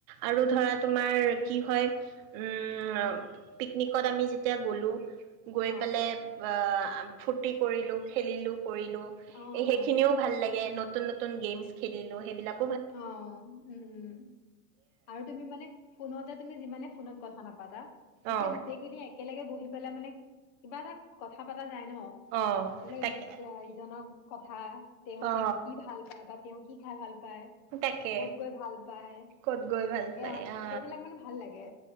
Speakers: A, on the right; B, on the left.
A: আৰু ধৰা তোমাৰ কি হয় উম, পিকনিকত আমি যেতিয়া গ'লো গৈ
B: অ
A: পেলাই অহ ফূৰ্তি কৰিলোঁ খেলিলোঁ। কৰিলো
B: অ
A: এ সেইখিনিও
B: অ
A: ভাল লাগে ন নতুন নতুন গেমছ খেলিলো সেইবিলাক
B: অ', উম, আৰু তুমি মানে ফোনতে তুমি যিমানে ফোনত কথা নাপাতা এতিয়া
A: অ
B: গোটেই খিনি একে একলেগে বহি পেলাই মানে কিবা এটা কথা পা যায় ন,
A: অ
B: বোলে
A: তাকে
B: ইজ-অহ ইজনক কথা তেওঁ
A: অ
B: কি ভাল পায় বা তেওঁ কি খাই ভাল পায়। কত
A: তাকে
B: গৈ ভাল পাই,
A: ক'ত গৈ ভাল পায়
B: এ
A: অ
B: সেইবিলাক মানে ভাল লাগে